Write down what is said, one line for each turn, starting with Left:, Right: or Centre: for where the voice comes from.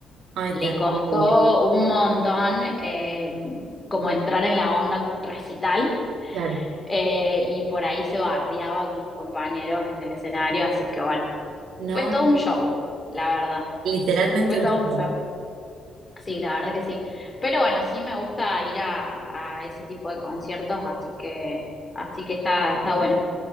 Right: Ay,
Left: le
Right: terrible.
Left: costó un montón eh, como entrar en la onda recital.
Right: Claro.
Left: eh, y por ahí se bardeaba con los compañeros en el escenario, así que bueno,
Right: No,
Left: fue todo un show, la verdad,
Right: literalmente
Left: fue
Right: un
Left: todo un
Right: show.
Left: show. Sí, la verdad que sí. Pero bueno, sí me gusta ir a, a ese tipo de conciertos, así que, así que está, está
Right: ¿no?
Left: bueno.